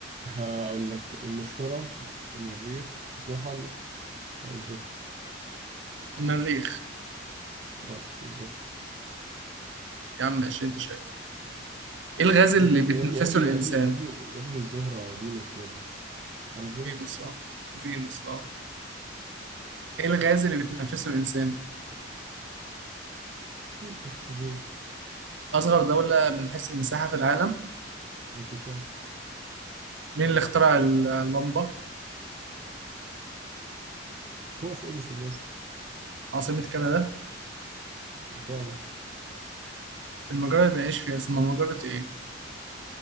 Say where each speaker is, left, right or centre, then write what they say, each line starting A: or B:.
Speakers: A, on the right; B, on the right.
A: هقول لك المشتري المريخ زحل الزهر
B: المريخ
A: غلط الزهر
B: يا عم ماشي انت شايف ايه الغاز اللي
A: يا ابني
B: بيتنفسه
A: يا ابني يا ابني
B: الانسان
A: يا ابني يا ابني يا ابني الزهرة فينوس يا ابني عارف فينوس؟
B: فينوس اه فينوس اه ايه الغاز اللي بيتنفسه الانسان
A: <laughs> أكسجين
B: اصغر دولة من حيث المساحة في العالم
A: فاتيكان
B: مين اللي اخترع اللمبة
A: توماس إديسون يا اسطى
B: عاصمة كندا
A: أوتاوا
B: المجرة اللي بنعيش فيها اسمها مجرة ايه